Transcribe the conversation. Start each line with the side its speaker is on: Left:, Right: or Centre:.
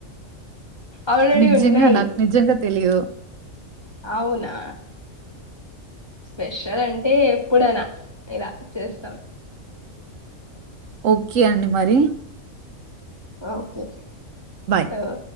Left: అనడి
Right: నిజంగా
Left: ఉన్నాయి
Right: నాకు నిజంగా తెలియదు
Left: అవునా స్పెషల్ అంటే ఎప్పుడైనా ఇలా చేస్తాం
Right: ఓకే అండి మరి
Left: ఓకే
Right: బాయ్
Left: అవు